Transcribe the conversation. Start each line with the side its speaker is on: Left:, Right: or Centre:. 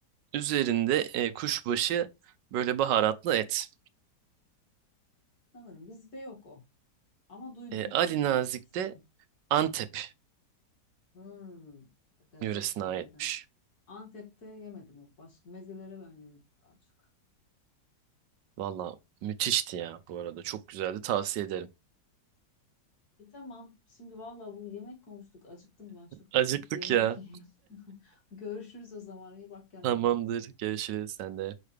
Right: Üzerinde e, kuşbaşı böyle baharatlı et.
Left: sanırım bizde yok o. Ama duydum
Right: E,
Left: Ali
Right: Ali
Left: Nazik
Right: Nazik
Left: ismini.
Right: de Antep
Left: Hmm. Tabii
Right: yöresine
Left: tabii canım
Right: aitmiş.
Left: nereden bileyim. Antep'te yemedim o. Başka mezelere ben yürüdüm daha çok.
Right: Valla müthişti ya bu arada. Çok güzeldi tavsiye ederim.
Left: E tamam. Şimdi vallahi bunu yemek konuştuk. Acıktım ben çok.
Right: Acıktık
Left: Gidip bir yemek
Right: ya.
Left: yiyeyim. <laughs> Görüşürüz o zaman. İyi bak kendine.
Right: Tamamdır. Görüşürüz sen de.